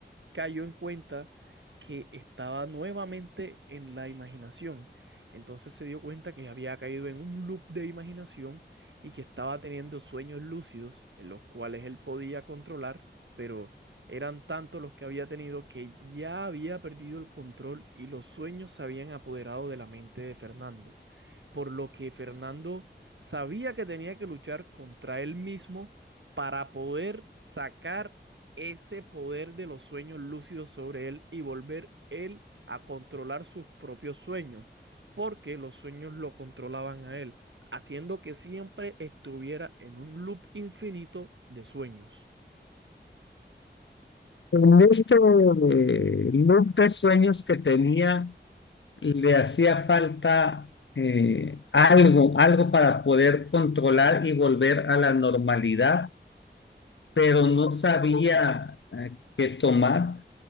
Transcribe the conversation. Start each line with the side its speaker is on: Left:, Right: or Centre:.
Right: cayó en cuenta que estaba nuevamente en la imaginación. Entonces se dio cuenta que había caído en un loop de imaginación y que estaba teniendo sueños lúcidos en los cuales él podía controlar, pero eran tantos los que había tenido que ya había perdido el control y los sueños se habían apoderado de la mente de Fernando por lo que Fernando sabía que tenía que luchar contra él mismo para poder sacar ese poder de los sueños lúcidos sobre él y volver él a controlar sus propios sueños, porque los sueños lo controlaban a él, haciendo que siempre estuviera en un loop infinito de sueños.
Left: En este eh, loop de sueños que tenía, le hacía falta eh, algo, algo para poder controlar y volver a la normalidad, pero no sabía eh, qué tomar.